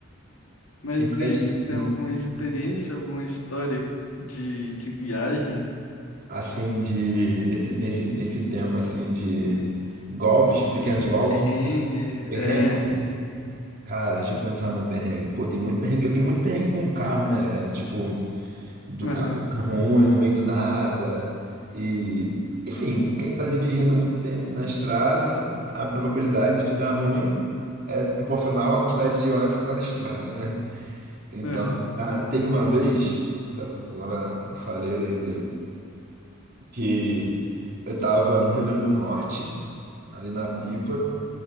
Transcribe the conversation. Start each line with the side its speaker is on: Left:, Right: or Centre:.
Left: Mas
Right: E mais,
Left: e aí, você tem
Right: e,
Left: alguma experiência, alguma história de, de viagem,
Right: assim, de, nesse, nesse, nesse tema, assim, de golpes, pequenos
Left: de
Right: golpes,
Left: perrengue?
Right: perrengue.
Left: É.
Right: Cara, deixa eu pensar num perrengue. Pô, tem muito perrengue. Eu tenho muito perrengue com carro, né, velho? Tipo, do
Left: Aham,
Right: carro tá ruim, no meio do nada. E, enfim, quem está dirigindo muito tempo na estrada, a probabilidade de dar ruim é proporcional à quantidade de hora que você está na estrada, né? Então,
Left: aham.
Right: ah, teve uma vez, tá, agora eu falei, eu lembrei, que eu estava no Rio Grande do Norte, ali na Pipa,